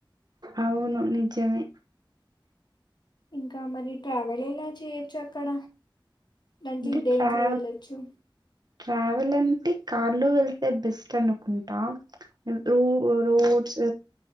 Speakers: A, on the right (about 50°); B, on the left (about 60°).
A: అవును నిజమే
B: ఇంకా మరి ట్రావెల్ ఎలా చేయొచ్చు అక్కడ దాంట్లో
A: అంట
B: దేంట్లో
A: ట్రావ్
B: వెళ్ళొచ్చు
A: ట్రావెల్ అంటే కార్లో వెళ్తే బెస్ట్ అనుకుంటా రో రోడ్స్